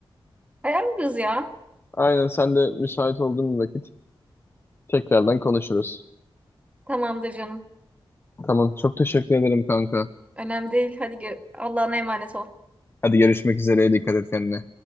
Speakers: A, on the right; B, on the left.
A: Ayarlarız ya.
B: Aynen sen de müsait olduğun bir vakit tekrardan konuşuruz.
A: Tamamdır canım.
B: Tamam. Çok teşekkür ederim kanka.
A: Önemli değil. Hadi gö- Allah'ına emanet ol.
B: Hadi görüşmek üzere. Dikkat et kendine.